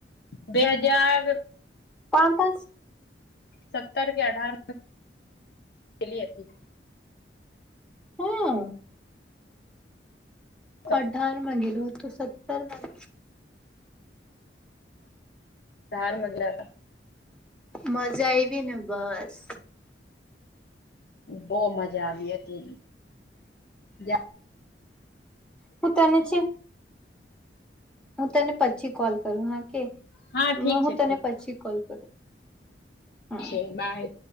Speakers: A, on the left; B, in the centre.
A: બે હજાર,
B: પા પાંચ,
A: સત્તર કે અઢાર, કેલી અતી,
B: હ,
A: તો
B: અઢાર માં ગેલો તો સત્તરમાં,
A: ધાર મધ્ય,
B: મજા આયવી ને બસ,
A: બો મજા આવી એતી જ,
B: હું તાને છે, હું તને પછી કોલ કરું હા કે,
A: હા ઠીક
B: મ હું
A: છે
B: તને
A: ઠીક
B: પછી કોલ કરું. હમ
A: છે બાય,